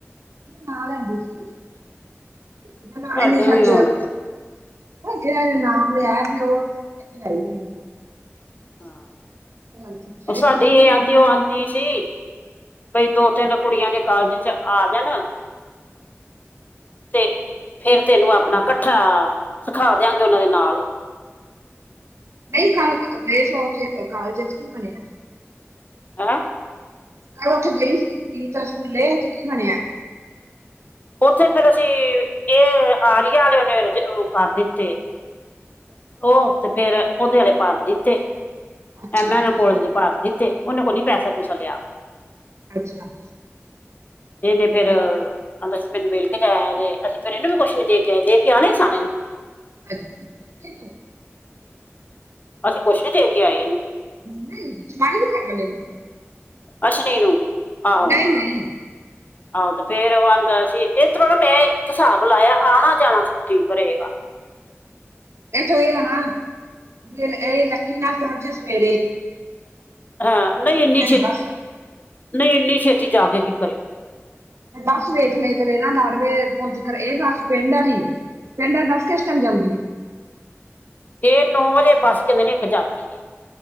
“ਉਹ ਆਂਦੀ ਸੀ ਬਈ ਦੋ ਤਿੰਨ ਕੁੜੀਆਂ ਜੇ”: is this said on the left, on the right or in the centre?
Left